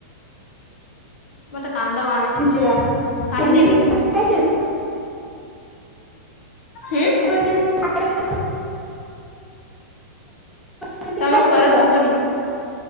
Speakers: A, on the left; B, in the centre.
A: ମୋତେ କାନ୍ଦ ମାଡୁଚି
B: ଯା
A: କାନ୍ଦିବି।
B: କେମିତି ଖାଇଥିଲ?
A: ହୁଁ।
B: କୁକୁଡ଼ା କେମିତି ଏମିତି
A: ତମର
B: ଖାଇଦେଲା
A: ଶ୍ବର ଶୁଭୁନି।